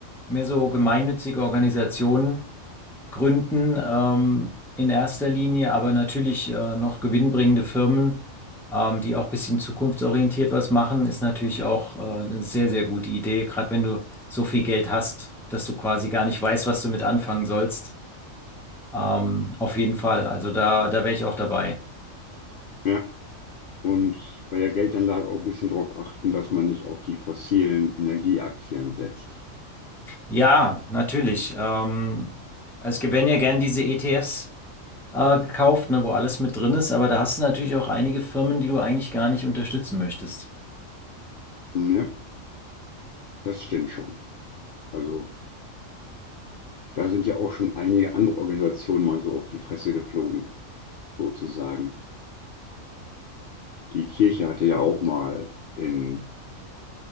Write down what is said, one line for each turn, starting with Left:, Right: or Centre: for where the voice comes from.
Centre: mehr so gemeinnützige Organisationen gründen, ähm, in erster Linie, aber natürlich äh, noch gewinnbringende Firmen, ähm, die auch ein bisschen zukunftsorientiert was machen, ist natürlich auch äh, eine sehr, sehr gute Idee, gerade wenn du so viel Geld hast, dass du quasi gar nicht weißt, was du mit anfangen sollst. Ähm, auf jeden Fall, also da, da wäre ich auch dabei.
Left: Ja. Und bei der Geldanlage auch ein bisschen darauf achten, dass man nicht auf die fossilen Energieaktien setzt.
Centre: Ja, natürlich. Ähm, es gibt, wenn ja gern diese ETFs. äh, gekauft, ne, wo alles mit drin ist, aber da hast du natürlich auch einige Firmen, die du eigentlich gar nicht unterstützen möchtest.
Left: Hm, Ja, das stimmt schon. Also. Da sind ja auch schon einige andere Organisationen mal so auf die Fresse geflogen, sozusagen. Die Kirche hatte ja auch mal in